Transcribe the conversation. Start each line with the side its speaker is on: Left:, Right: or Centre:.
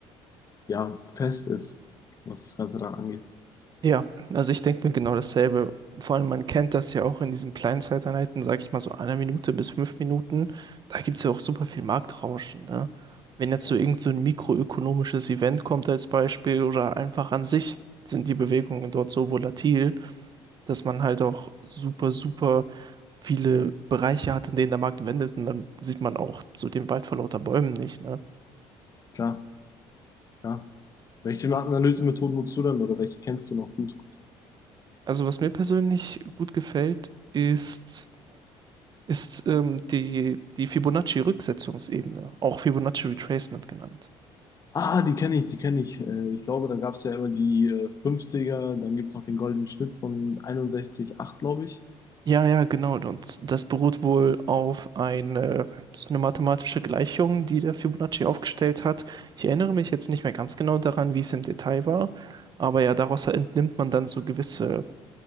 Left: ja, fest ist, was das Ganze dann angeht.
Right: Ja, also ich denke mir genau dasselbe. Vor allem, man kennt das ja auch in diesen kleinen Zeiteinheiten, sag ich mal so einer Minute bis fünf Minuten. Da gibt's ja auch super viel Marktrauschen, ne? Wenn jetzt
Left: Ja,
Right: so irgend so ein mikroökonomisches Event kommt als Beispiel oder einfach an sich sind die Bewegungen dort so volatil, dass man halt auch super, super viele Bereiche hat, in denen der Markt wendet und dann sieht man auch so den Wald vor lauter Bäumen nicht, ne?
Left: klar, klar. Welche Analysemethoden nutzt du denn oder welche kennst du noch gut?
Right: Also was mir persönlich gut gefällt, ist ist ähm, die, die Fibonacci-Rücksetzungsebene, auch Fibonacci Retracement genannt.
Left: Ah, die kenne ich, die kenne ich. Äh, ich glaube, da gab es ja immer die äh, 50er, dann gibt es noch den goldenen Schnitt von 61,8, glaube ich.
Right: Ja, ja, genau. Und das beruht wohl auf eine, so eine mathematische Gleichung, die der Fibonacci aufgestellt hat. Ich erinnere mich jetzt nicht mehr ganz genau daran, wie es im Detail war, aber ja, daraus entnimmt man dann so gewisse,